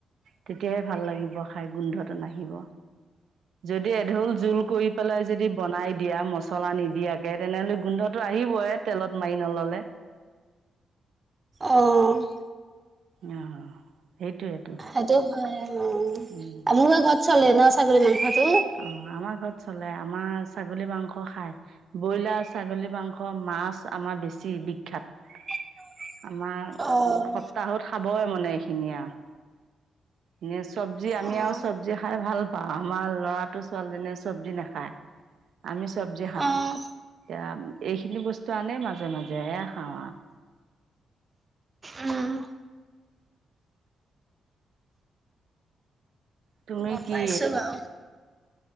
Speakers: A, on the right; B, on the right.
A: তেতিয়াহে ভাল লাগিব খায়, গোন্ধটো নাহিব, যদি এঢোল জোল কৰি পেলাই যদি বনাই দিয়া, মছলা নিদিয়াকে, তেনেহ'লে গোন্ধটো আহিবই, তেলত মাৰি নল'লে।
B: অ'
A: অ', সেইটোৱেইতো।
B: সেইটো হয় অ'।
A: উম।
B: আপোনালোকৰ ঘৰত চলে ন, ছাগলী মাংসটো?
A: অ' আমাৰ ঘৰত চলে, আমাৰ ছাগলী মাংস খায়। ব্ৰইলাৰ, ছাগলী মাংস, মাছ আমাৰ বেছি বিখ্যাত।
B: <inaudible>
A: আমাৰ,
B: অ',
A: সপ্তাহত খাবই মানে এইখিনি আৰু। এনে চব্জি, আমি
B: অ',
A: আৰু চব্জি খাই ভাল পাও, আমাৰ লৰাটো ছোৱালীজনীয়ে চব্জি নাখায়, আমি চব্জি খাওঁ,
B: অ',
A: এতিয়া, এইখিনি বস্তু আনে মাজে মাজে, এয়া খাওঁ আৰু।
B: উম,
A: তুমি
B: গম
A: কি
B: পাইছো বাৰু।